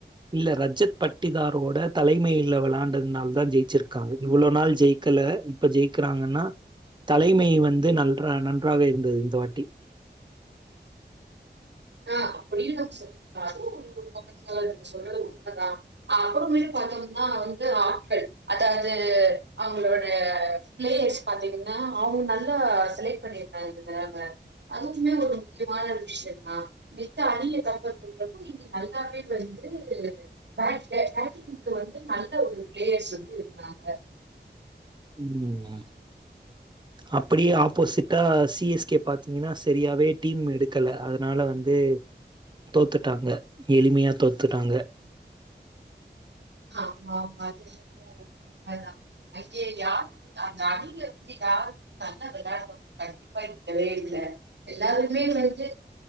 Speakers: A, on the right; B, on the right.
A: இல்ல ரஜத் பட்டிதாரோட தலைமையில விளையாண்டதுனால தா தா ஜெயிச்சுருக்காங்க இவ்ள நாள் ஜெயிக் கல இப்ப ஜெயிக்கிறாங்கன்னா தலைமை வந்து நன்றா நன்றாக இருந்தது இந்த வாட்டி
B: ஆ அப்டியும் நம்ம சொல்லலாம் அதுவும் ஒரு ஒரு பக்கத்துல சொல்றது உண்மைதான் அப்புறமே பாத்தோம்னான் வந்து ஆட்கள் அதாவுது அவங்களோட பிளேயர்ஸ் பாத்தீங்கன்னா அவுங்க நல்லா செலக்ட் பண்ணிருந்தாங்க இந்த தடவ அதுவுமே ஒரு முக்கியமான விஷயந்தா மித்த அணிய கம்பேர் பன்றப்ப இங்க நல்லாவே வருது பேட் பேட்டிங்கு வந்து நல்ல ஒரு பிளேயர்ஸ் வந்து இருந்தாங்க
A: ம் ம அப்டியே ஆப்போசிட்டா சி எஸ் கே பாத்தீங்கன்னா சரியாவே டீம் எடுக் கல அதுனால வந்து தோத்துட்டாங்க எளிமையா தோத்துட்டாங்க
B: ஆமாமா அது உண்மைதா அங்க யாரு அந்த அணில வந்து யாரு நல்லா விளாடுறவங்க கண்டிப்பா இல்லவே இல்ல எல்லாருமே வந்து